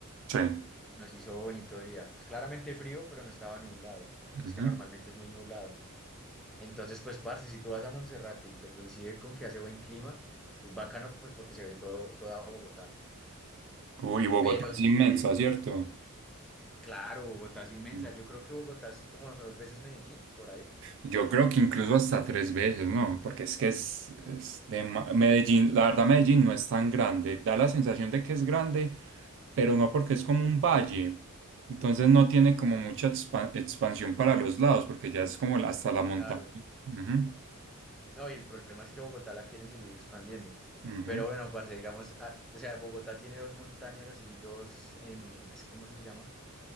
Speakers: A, on the right (about 60°); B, in the centre.
A: Sí.
B: y nos hizo bonito día. Pues claramente frío, pero no estaba nublado, porque
A: Ujú.
B: es que normalmente es muy nublado. Entonces, pues, parce, si tú vas a Monserrate y te coincide con que hace buen clima, es bacano, pues, porque se ve todo, toda Bogotá.
A: Uy, Bogotá
B: Pero
A: es
B: si
A: inmensa, ¿cierto?
B: Claro, Bogotá es inmensa.
A: Mm.
B: Yo creo que Bogotá es como dos veces Medellín, por ahí.
A: Yo creo que incluso hasta tres veces, ¿no? Porque es que es, es de ma- Medellín, la verdad Medellín no es tan grande, da la sensación de que es grande, pero no porque es como un valle, entonces no tiene como mucha expa- expansión para los lados, porque ya es como la- hasta la montaña.
B: Claro.
A: Ujú,
B: No, y el problema es que Bogotá la quieren seguir expandiendo.
A: ujú,
B: Pero bueno, parce, digamos, ah, o sea, Bogotá tiene dos montañas así, dos, em, así ¿cómo se les llama?